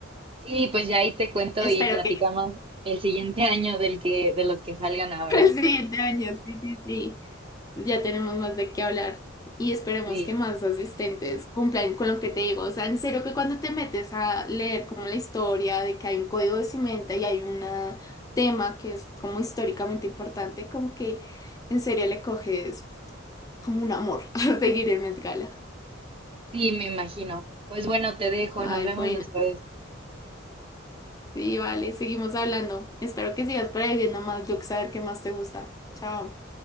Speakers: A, on the right; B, on the left.
A: Sí, pues ya ahí te cuento
B: Espero
A: y platicamos
B: que
A: el siguiente <laughs> año del que, de los que salgan ahora.
B: <laughs> Pues sí, de años, sí, sí, sí. Ya tenemos más de qué hablar y esperemos
A: Sí,
B: que más asistentes cumplan con lo que te digo. O sea, en serio que cuando te metes a leer como la historia de que hay un código de cimenta y hay un tema que es como históricamente importante, como que en serio le coges como un amor <laughs> a seguir el Met Gala.
A: sí, me imagino. Pues bueno, te dejo,
B: Ay,
A: nos vemos
B: bueno,
A: después.
B: sí, vale, seguimos hablando. Espero que sigas por ahí viendo más. Yo que saber qué más te gusta. Chao.